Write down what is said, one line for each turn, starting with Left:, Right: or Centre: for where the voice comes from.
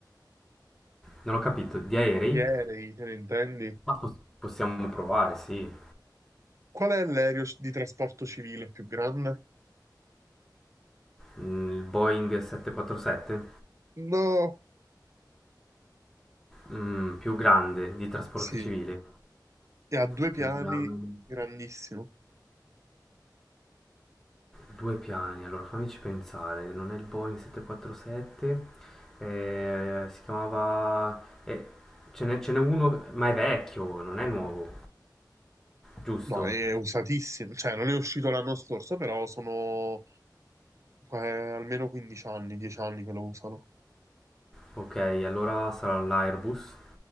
Centre: Non ho capito, di aerei?
Right: Ieri, te ne intendi?
Centre: Ma pos- possiamo provare, sì.
Right: Qual è l'aereo di trasporto civile più grande?
Centre: Mm, Il Boeing 747?
Right: No,
Centre: Mm, più grande, di trasporto
Right: sì,
Centre: civile.
Right: e ha due
Centre: Più
Right: piani,
Centre: grande.
Right: grandissimo.
Centre: Due piani, allora fammici pensare, non è il Boeing 747, eh, si chiamava... eh, ce n'è ce n'è uno, ma è vecchio, non è nuovo, giusto?
Right: No, è usatissimo, cioè non è uscito l'anno scorso, però sono eh, almeno 15 anni, 10 anni che lo usano.
Centre: Ok, allora sarà l'Airbus,